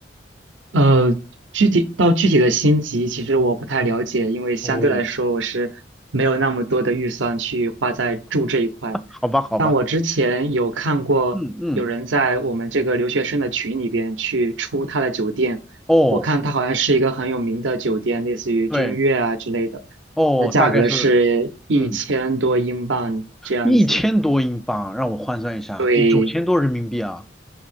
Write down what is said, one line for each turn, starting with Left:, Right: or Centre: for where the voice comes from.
Right: 呃，具体到具体的星级，其实我不太了解，因为相对来说我是没有那么多的预算去花在住这一块。
Centre: 哦，好吧，好吧，
Right: 但我之前有看过有人在我们这个留学生的群里边去出他的酒店，
Centre: 嗯嗯。哦，
Right: 我看他好像是一个很有名的酒店，类似于君悦啊之类的，
Centre: 对，哦，
Right: 那价格是一千多英镑这样子。
Centre: 大概是，嗯，一千多英镑，让我换算一下，
Right: 对
Centre: 得九千多人民币啊！